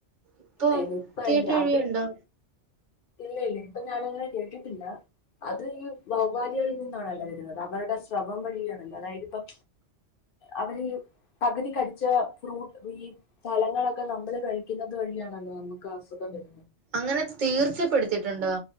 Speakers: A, on the right; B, on the left.
A: ഇപ്പൊ
B: ഇല്ല ഇല്ല ഇപ്പ അതിന്റെ
A: കീട്ടേഴിയുണ്ടോ
B: അത് ഇല്ല ഇല്ല ഇപ്പൊ ഞാനങ്ങനെ കേട്ടിട്ടില്ല അത് ഈ വവ്വാല്കളിൽ നിന്നാണല്ലോ വരുന്നത് അവരുടെ സ്രവം വഴിയാണല്ലോ അതായത്പ്പം അവര് പകുതി കടിച്ച ഫ്രൂട്ട് ഈ ഫലങ്ങളൊക്കെ നമ്മള് കഴിക്കുന്ന അത് വഴിയാണല്ലോ നമുക്ക് അസുഖം വ
A: അങ്ങനെ തീർച്ചപ്പെടുത്തിട്ട്ണ്ടോ